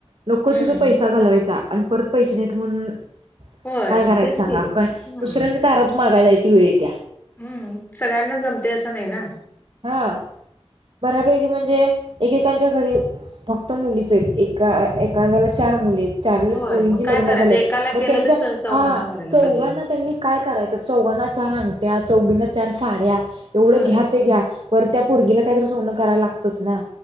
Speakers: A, on the right; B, on the left.
A: लोक
B: हम्म
A: तिथं पैसा घालवायचा आणि परत पैसे नाइत म्हणून
B: होय
A: काय करायचं
B: मग तेच
A: सांगा,
B: की
A: काय
B: हम्म
A: दुसऱ्यांच्या दारात मागाय जायची वेळ येत्या.
B: हम्म, सगळ्यांना जमतय असं नाइ ना.
A: हा बऱ्यापैकी म्हणजे एकेकांच्या घरी फक्त मुलीचयत एका एकाद्याला चार मुलीयत चारी जर
B: होय
A: पोरींची
B: मग काय
A: लग्न
B: करायचं
A: झाल्यात
B: एकाला
A: म
B: केलं
A: त्यांच्या
B: तर चौघांना
A: हा
B: करायला
A: चौघांना
B: पाहिजे
A: त्यांनी काय करायच चौघांना चार अंगट्या चौगींना चार साड्या एवढ्या
B: होय
A: घ्या परत त्या पोरगीला कायतरी सोनं करायला लागतंच ना.